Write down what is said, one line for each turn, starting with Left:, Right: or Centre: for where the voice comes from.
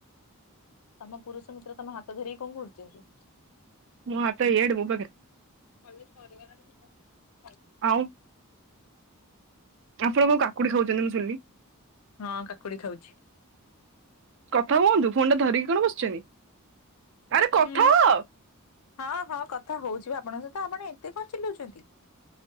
Left: ତମ ପୁରୁଷ ମିତ୍ର ତମ ହାତ ଧରିକି କଣ କରୁଛନ୍ତି?
Right: ମୋ ହାତ ଇଆଡ଼େ ମୋ ପାଖରେ।
Left: ପୋଲିସ <unintelligible>
Right: ଆଉ ଆପଣ କଣ କାକୁଡି ଖାଉଛନ୍ତି ମୁଁ ଶୁିଣିଲି।
Left: ହଁ କାକୁଡି ଖାଉଛି।
Right: କଥା ହୁଅନ୍ତୁ ଫୋନ ଟା ଧରିକି କଣ ବସିଛନ୍ତି। ଆରେ କଥା
Left: ହଁ
Right: ହ
Left: ହଁ ହଁ କଥା ହଉଛି ଆପଣଙ୍କ ସହି ତ ଆପଣ ଏତେ କଣ ଚିଲଉଛନ୍ତି?